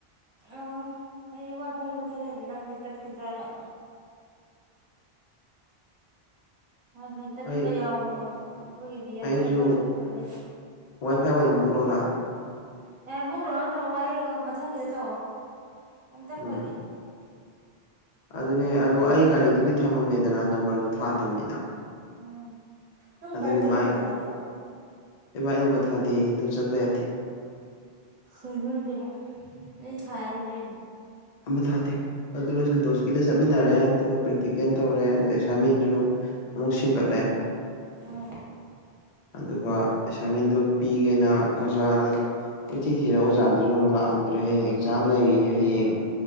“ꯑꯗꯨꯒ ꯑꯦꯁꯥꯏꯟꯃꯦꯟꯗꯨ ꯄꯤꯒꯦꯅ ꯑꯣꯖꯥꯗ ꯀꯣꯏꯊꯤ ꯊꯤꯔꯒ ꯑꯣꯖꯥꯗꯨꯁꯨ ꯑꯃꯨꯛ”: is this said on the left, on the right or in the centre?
Left